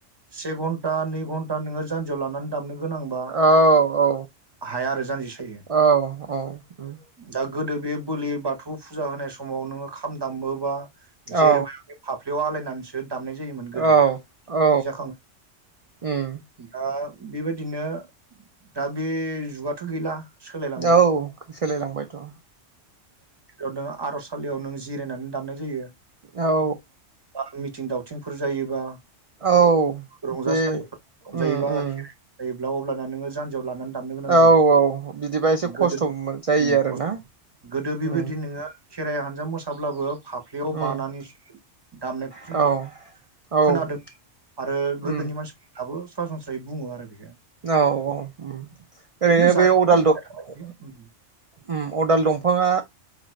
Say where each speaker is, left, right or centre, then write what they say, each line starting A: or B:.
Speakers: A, on the right; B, on the right.
A: से घन्टा नै घन्टा नोङो जान्जियाव लानानै दामनो गोनांबा
B: औ औ
A: हाया आरो जानजि सायो।
B: औ औ उम
A: दा गोदो बे बोलि बाथौ फुजा होनाय समाव नोङो खाम दामोबा जेरबाय
B: औ
A: एबा फाफ फ्लियाव आलायनानैसो दामनाय जायोमोन गोदो
B: औ औ
A: जाखां
B: उम
A: दा बेबायदिनो दा बे जुगाथ' गैला। सोलायलांबाय
B: औ सोलायलांबायथ'
A: ओ नों आर'सालियाव नों जिरायनानै दामनाय जायो।
B: औ
A: बा मिथिं दावथिंफोर जायोबा
B: औ
A: रंजासालिफोर
B: बे
A: रंजायोबा
B: उम उम
A: खेरायोब्ला अब्लाना नोङो जानजियाव लानानै। दामनो गोनां
B: औ
A: जायो
B: औ बिदिबा एसे खस्थ'
A: गोदोनि
B: जायो
A: उम
B: आरोना
A: खस्थ' गोदो बेबायदि
B: उम
A: नोङो खेराइ हानजा मोसाब्लाबो खाफ्लियाव
B: उम
A: बानानैसो दामनायखौ जोङो
B: औ औ
A: खोनादों आरो
B: उम
A: गोदोनि मानसिफोर दाबो सरासनस्रायै बुङो आरो बे
B: औ औ उम ओरैनो
A: खिन्थु जारिमिनाव
B: बे अदाल दं
A: थाबाय बेयो उम
B: उम अदाल दंफाङा